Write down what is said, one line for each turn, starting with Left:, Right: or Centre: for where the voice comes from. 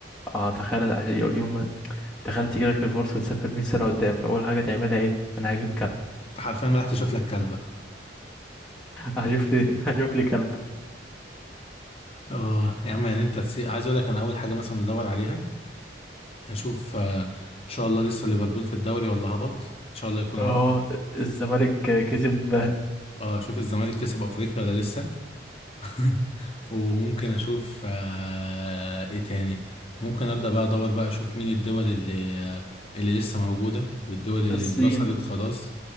Centre: اه تخيل عشان يو- يوم ما تخيل تجيلك الفرصة تسافر 100 سنة قدام فأول حاجة تعملها ايه؟ أنا هجيب كلب
Left: انت حرفيا رايح تشوف لك كلبة
Centre: هجيب لي <laughs> هجيب لي كلب
Left: اه يا عم يعني انت تسي... عايز اقول لك انا اول حاجة مثلا ادور عليها هشوف آه، ان شاء الله لسه ليفربول في الدوري ولا هبط ان شاء الله يكون
Centre: اه
Left: هبط
Centre: الزمالك كسب
Left: اه اشوف الزمالك كسب افريقيا ولا لسه <laughs> وممكن اشوف آه ايه تاني ممكن ابدا بقى ادور بقى اشوف مين الدول اللي آه، اللي لسه موجوده والدول اللي
Centre: الصين
Left: اندثرت خلاص